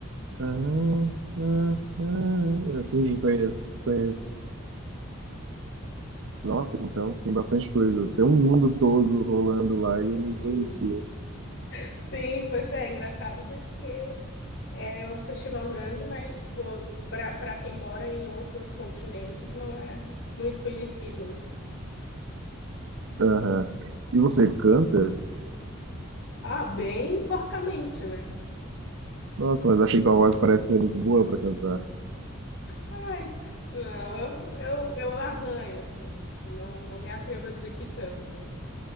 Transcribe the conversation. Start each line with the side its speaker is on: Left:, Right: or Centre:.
Right: Ah, ah, ah. Eu Sim, conheço, conheço. Nossa, então tem bastante coisa. Tem um mundo todo rolando lá e eu
Left: Sim.
Right: não conhecia.
Left: Sim, pois é, é engraçado porque é um festival grande, mas para para quem mora em outros continentes não é muito conhecido, né?
Right: Aham. E você canta?
Left: Ah, bem porcamente, né?
Right: Nossa, mas achei que a voz parece ser muito boa pra cantar.
Left: Ai, não, eu, eu, eu arranho, assim. Não, não me atrevo a dizer que canto.